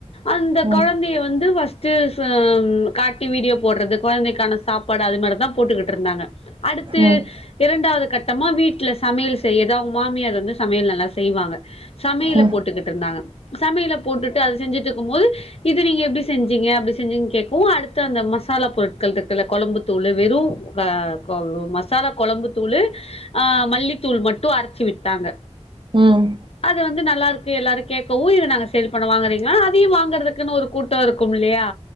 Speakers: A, on the left (about 60°); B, on the right (about 45°).
A: அந்த
B: ம்
A: கொழந்தய வந்து வஸ் ஸ்டு ஸ் ம்ம் காட்டி வீடியோ போடுறது கொழந்தைக்கான சாப்பாடு அது மாரிதா போட்டுக்கிட்டுருந்தாங்க அடுத்து அடுத்து
B: ம்
A: இரண்டாவது கட்டமா வீட்டுல சமையல் செய்யர்து அவுங் மாமியார் வந்து சமையல் நல்லா செய்வாங்க சமையல
B: ம் ம்
A: போட்டுக்கிட்டு இருந்தாங்க சமையல போட்டுட்டு அது செஞ்சுட்டு இருக்குபோது இது நீங்க எப்டி செஞ் அப்டி செஞ்சீங் கேட்க்கவு அடுத்து அந்த மசாலா பொருட்கள் இருக்குல கொலம்புத்தூளு வெறும் க மசாலா கொலம்பு தூளு ஆ மல்லித்தூள் மட்டு அரைச்சு விட்டாங்க
B: ம்
A: அது வந்து நல்லாருக் எல்லாரு கேட்கவு இத நாங்க சேல் பண்றோ வாங்குறீங்களா அதையு வாங்கறதுக்குன்னு ஒரு கூட்டோ இருக்குமில்லையா